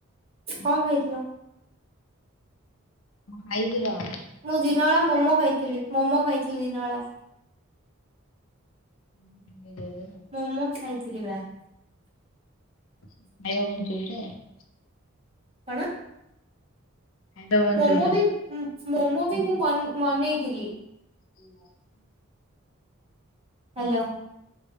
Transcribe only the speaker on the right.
କଣ ଖାଇଥିଲ?
ମୁଁ ଦିନବେଳା ମୋମୋ ଖାଇଥିଲି ମୋମୋ ଖାଇଥିଲି ଦିନବେଳା।
ମୋମୋ ଖାଇଥିଲି ବା।
କଣ?
ମୋମୋ ବି ମୋମୋ ବି ମୁଁ ବନ ବନେଇଥିଲି।
ହ୍ୟାଲୋ।